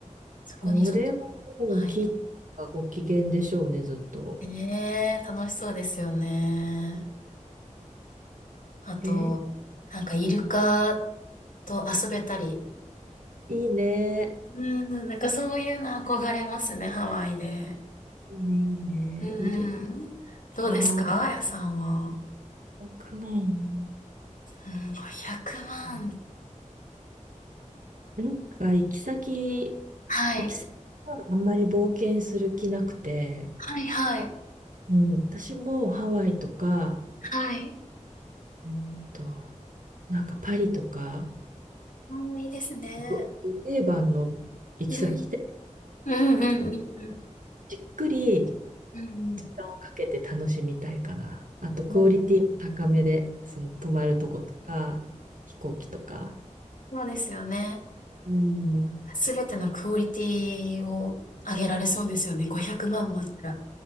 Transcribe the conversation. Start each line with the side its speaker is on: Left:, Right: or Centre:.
Left: そこにちょっと、
Right: それはもう、
Left: はい。
Right: キッがご機嫌でしょうね、ずっと。
Left: ねえ、楽しそうですよね。あと、
Right: えー
Left: なんかイルカと遊べたり、
Right: いいね。
Left: うん、なんかそういうの憧れますね、ハワイで。
Right: いいね、いい
Left: うんうん。
Right: ね。いるか
Left: どうですか、
Right: な。
Left: あやさんは。
Right: 1万。
Left: うん、500万。
Right: うんなんか、行き先、
Left: はい。
Right: 行き先はあんまり冒険する気なくて、
Left: はいはい。
Right: うん、私もハワイとか、
Left: はい。
Right: うんと、なんかパリとか、
Left: うん、いいですね。
Right: どど定番の行き先で、
Left: うん。うんうんうん
Right: じっくり時
Left: うん。
Right: 間をかけて楽しみたいかな。あと、クオリティも高めで、
Left: うん。
Right: その泊まるとことか、飛行機とか。
Left: そうですよね。
Right: うん。うん
Left: すべてのクオリティを上げられそうですよね。500万もあったら。